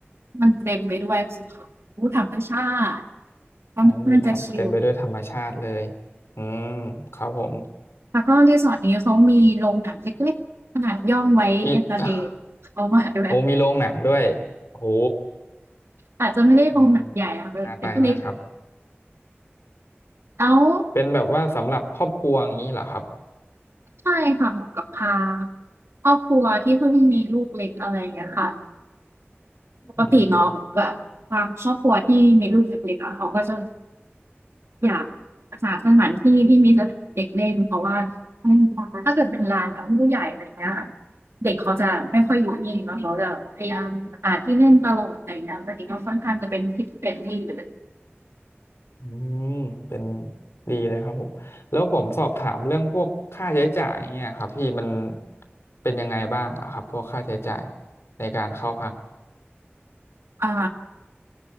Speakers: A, on the right (about 80°); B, on the left (about 80°).
A: มันเต็มไปด้วยสิ่งของผู้ธรรมชาติความเพลินข้าจะชิล
B: อ๋อมีทับเต็มไปด้วยธรรมชาติเลยอืมครับผม
A: แล้วก็รีสอร์ทนี้เขามีโรงหนังเล็กๆขนาดย่อมไว้เอนเตอร์เทนเขามาด้วย
B: มี <laughs> โอ้มีโรงหนังด้วยโอ้โห
A: อาจจะไม่ได้โรงหนังใหญ่อะเป็นเเล็ก
B: อืมน่าไปมากครับ
A: แล้ว
B: เป็นแบบว่าสำหรับครอบครัวอย่างนี้เหรอครับ
A: ใช่ค่ะเหมาะกับพาครอบครัวที่เพิ่งมีลูกเล็กอะไรอย่างเงี้ยค่ะ ปกติเนาะแบบบางครอบครัวที่มีลูกเล็กๆ
B: อืม
A: เขาก็จะ อยากหาสถานที่ที่มีสถานเด็กเล่นเพราะว่าถ้าเกิดเป็นลานกับผู้ใหญ่อะไรเงี้ยเด็กเขาจะไม่ค่อยอยู่นิ่งนะเขาจะพยายามหาที่เล่นตลอดอะไรอย่างเงี้ยแต่นี้ก็ค่อนข้างจะเป็นที่เป็นที่หรือ
B: อืมเป็นดีเลยครับผม แล้วผมสอบถามเรื่องพวกค่าใช้จ่ายเนี่ยครับพี่มันเป็นยังไงบ้างเหรอครับพวกค่าใช้จ่ายในการเข้าพัก
A: อ่า